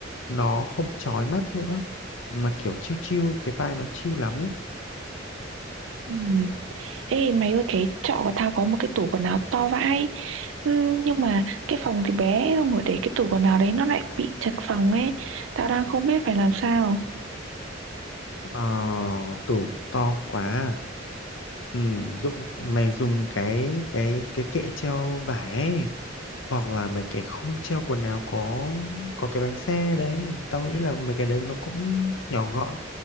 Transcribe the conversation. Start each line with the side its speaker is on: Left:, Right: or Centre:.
Left: nó không chói mắt nữa mà kiểu chill chill cái vai nó chill lắm ấy
Right: Ừ. Ê mày ơi cái trọ của tao có một cái tủ quần áo to vãi Ừm, Nhưng mà cái phòng thì bé Xong rồi để cái tủ quần áo đấy nó lại bị chật phòng ấy Tao đang không biết phải làm sao
Left: ờ, tủ to quá à. Ừm, dụng mày dùng cái cái cái kệ treo vải ấy hoặc là mấy cái khung treo quần áo có có cái bánh xe đấy tao nghĩ là mấy cái đấy nó cũng nhỏ gọn